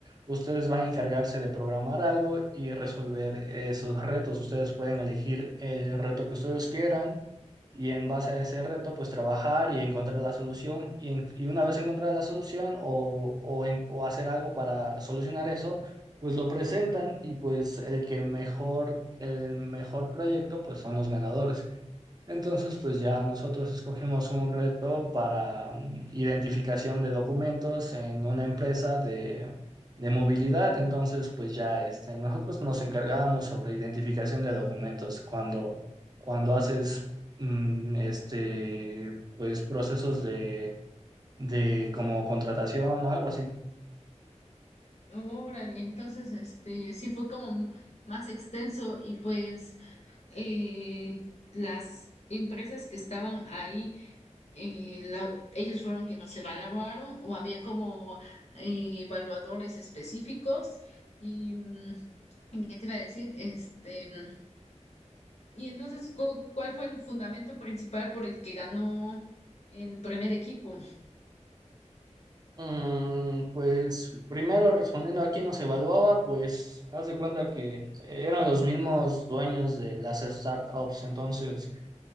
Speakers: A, on the right; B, on the left.
A: ustedes van a encargarse de programar algo y resolver esos retos. Ustedes pueden elegir el reto que ustedes quieran y en base a ese reto, pues trabajar y encontrar la solución. Y, en- y una vez encontrada la solución o, o, en- o hacer algo para solucionar eso, pues lo presentan y pues el que mejor, el mejor proyecto, pues son los ganadores. Entonces, pues ya nosotros escogimos un reto para mm, identificación de documentos en una empresa de, de movilidad. Entonces, pues ya este, nosotros nos encargábamos sobre identificación de documentos cuando, cuando haces mm, este, pues procesos de, de como contratación o algo así.
B: Órale, entonces este sí fue como más extenso y pues eh, las empresas que estaban ahí, eh, la- ellos fueron quienes se evaluaron o había como eh, evaluadores específicos y mm, ¿qué te iba a decir? Este, mm, y entonces, cu- ¿cuál fue el fundamento principal por el que ganó el primer equipo?
A: Mm, pues primero respondiendo a quién nos evaluaba, pues haz de cuenta que eran los mismos dueños de las startups, entonces